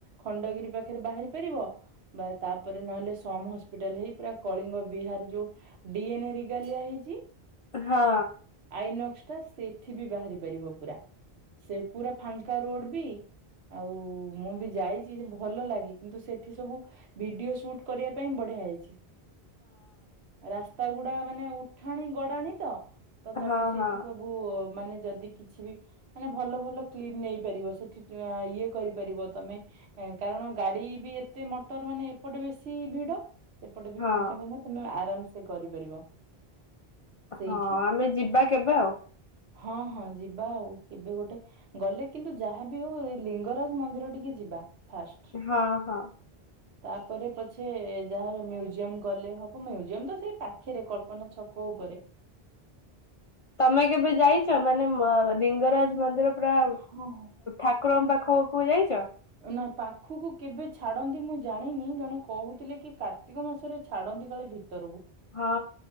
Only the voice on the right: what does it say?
ଖଣ୍ଡଗିରି ପାଖରେ ବାହାରି ପାରିବ। ବା ତାପରେ ନହେଲେ ସମ ହସ ହସ୍ପିଟାଲ ହେଇ ପୁରା କଳିଙ୍ଗ ବିହାର ଯୋଉ ଡିଏନ ରିଗାଲିଆ ହେଇଛି
ଆଇନକ୍ସ ଟା ସେଠି ବି ବାହାରି ପାରିବ ପୁରା ସେ ପୁରା ଫାଙ୍କା ରୋଡ ବି ଆଉ ମୁଁ ବି ଯାଇଛି ଭଲ ଲାଗେ କିନ୍ତୁ ସେଠି ସବୁ ଭିଡିଓ ସୁଟ୍ କରିବା ପାଇଁ ବଢିଆ ହେଇଛି। ରାସ୍ତା ଗୁଡା ମାନେ ଉଠାଣି ଗଡାଣି ତ ତ
ତମେ
ସେଇଠି
ସବୁ ସୁ ମାନେ ଯଦି କିଛି ବି ମାନେ ଭଲ ଭଲ କ୍ଲିପ୍ ନେଇପାରିବ ସେଠି ଇଏ କରିପାରିବ ତମେ କାରଣ ଗାଡି ବି ଏତେ ମଟର ମାନେ ଏପଟ ବେଶୀ ଭିଡ ଏପଟେ ବି
ଫାଙ୍କା ଫାଙ୍ଗା ତମେ ଆରାମ ସେ କରିପାରିବ। ସେଇଠି
ହଁ ହଁ ଯିବା ଆଉ କେବେ ଗୋଟେ ଗଲେ କିନ୍ତୁ ଯାହା ବି ହଉ ଏ ଲିଙ୍ଗରାଜ ମନ୍ଦିର ଟିକେ ଯିବା ଫାଷ୍ଟ।
ତାପରେ ପଛେ ଯାହା ମ୍ୟୁଜିୟମ ଗଲେ ହବ ମ୍ୟୁଜିୟମ ତ ସେଇ ପାଖରେ କଳ୍ପନା ଛକ କୋ ଉପରେ
ହଁ ହଁ
ନା ପାଖକୁ କେବେ ଛାଡନ୍ତି ମୁଁ ଜାଣିନି ଜଣେ କହୁଥିଲେ କିା କାର୍ତ୍ତିକ ମାସରେ ଛାଡ଼ନ୍ତି କାଳେ ଭିତରକୁ।